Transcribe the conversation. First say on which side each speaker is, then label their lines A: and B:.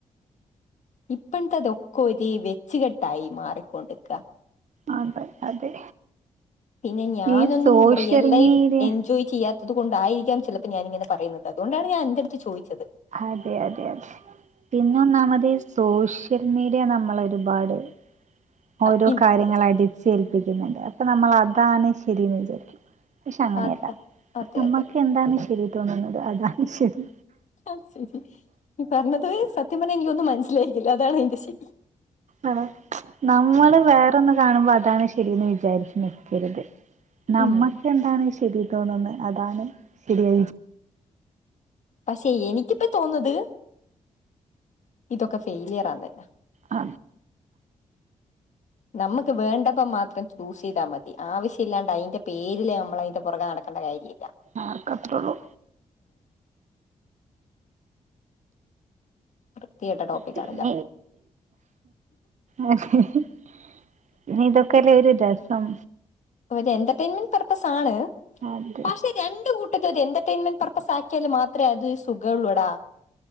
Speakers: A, on the left (about 55°); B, on the right (about 55°).
A: ഇപ്പഴത്തെതൊക്കെ ഒരി വെച്ചുകെട്ടായി മാറിക്കൊണ്ടിക്ക
B: അതെ അതെ
A: പിന്നെ ഞാനൊന്നും
B: ഈ social
A: real life
B: media
A: enjoy ചെയ്യാ- ത്തതുകൊണ്ടായിരിക്കാം ചിലപ്പോ ഞാനിങ്ങനെ പറയുന്നത് അതുകൊണ്ടാണ് ഞാൻ അന്റെ അടുത്ത് ചോദിച്ചത്
B: അതെ അതെ അതെ പിന്നൊന്നാമത് സോഷ്യൽ മീഡിയ നമ്മൾ ഒരുപാട് ഓരോ
A: ആ ഇൻഫ്ലുവൻസ്
B: കാര്യങ്ങള് അടിച്ചേൽപ്പി തുണ്ട് അപ്പൊ നമ്മൾ അതാണ് ശരിയെന്ന് വിചാരിക്കും പക്ഷെ അങ്ങനെയല്ല
A: അത അതെ
B: നമ്മക്ക്
A: അതെ
B: എന്താന്ന് ശരി തോന്ന്ണത് അതാണ് ശരി
A: ആ ശരി ഈ പറഞ്ഞത് സത്യം പറഞ്ഞാൽ എനിക്കൊന്നും മനസ്സിലായില്ല അതാണ് അതിന്റെ ശരി
B: ആണോ നമ്മള് വേറൊന്ന് കാണുമ്പോ അതാണ് ശരിന്ന് വിചാരിച്ചു നിക്കരുത് നമ്മക്ക്
A: ഉം
B: എന്താണ് ശരി തോന്നുന്നേ അതാണ് പിടിയ
A: പക്ഷെ എനിക്കിപ്പ തോന്നത് ഇതൊക്കെ ഫെയിലിയറാന്ന്
B: അ
A: നമുക്ക് വേണ്ടപ്പോ മാത്രം ചൂസ് ചെയ്താൽ മതി ആവശ്യ ഇല്ലാണ്ട് അതിന്റെ പേരില് നമ്മൾ അതിന്റെ പുറകെ നടക്കേണ്ട കാര്യ
B: ആകെ അത്രെള്ളൂ
A: വൃത്തികെട്ട ടോപ്പിക്കാണ്
B: പിന്ന
A: ലവ്
B: അ ഇതൊക്കെല്ലേ ഒരു രസ സം
A: ഒരു എന്റർടൈൻമെന്റ് പർപ്പസ് ആണ്
B: അതെ
A: പക്ഷേ രണ്ട് കു എന്റർടെയ്ൻമെന്റ് പർപ്പസ് ആക്കിയാല് മാത്രേ അത് സുഖള്ളൂ എടാ